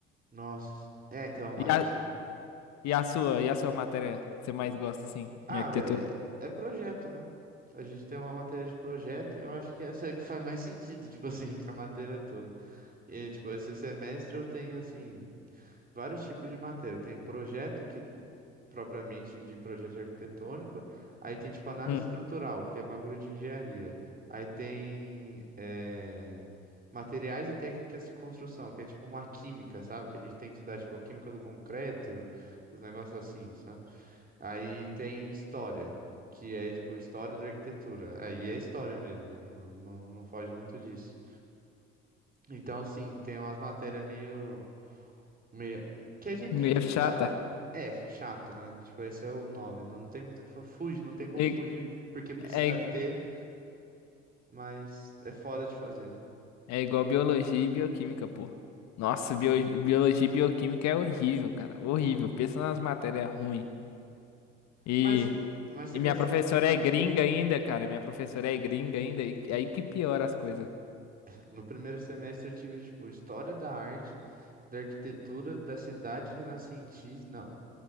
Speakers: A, on the right; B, on the left.
A: Nossa. É, então, mano.
B: E a,
A: eu fico-
B: e a sua, e a sua matéria que você mais gosta, assim,
A: Ah,
B: em arquitetura?
A: velho, é é projeto, né? A gente tem uma matéria de projeto e eu acho que essa é que faz mais sentido, tipo assim, com a matéria toda. E, tipo, esse semestre eu tenho, assim. vários tipos de matéria. Tem um projeto, que é tipo, propriamente de projeto arquitetônico. Aí tem tipo análise
B: Hum,
A: estrutural, que é bagulho de engenharia. Aí tem eh, materiais e técnicas de construção, que é tipo uma química, sabe? Que a gente tem que estudar tipo a química do concreto, os negócios assim, sabe? Aí tem história. Que é tipo história da arquitetura. Aí é história mesmo, né? Não, não, não foge muito disso. Então, assim, tem umas matérias meio. Meio... Que a gente
B: meio
A: tem que
B: chata.
A: fa... É, chato, né? Tipo, esse é o nome. Não tem muito o que fa- fugir, não tem como
B: É,
A: fugir porque precisa
B: é,
A: ter, mas é foda de fazer.
B: é igual biologia e bioquímica, pô. Nossa, bio- biologia e bioquímica é horrível, cara. Horrível. Pensa nas matérias ruins. E,
A: Mas, mas você
B: e
A: gostou
B: minha professora
A: de.
B: é gringa ainda, cara. Minha professora é gringa ainda. E aí que piora as coisas.
A: No primeiro semestre eu tive, tipo, História da Arte, da Arquitetura, da Cidade Renascentista. Não,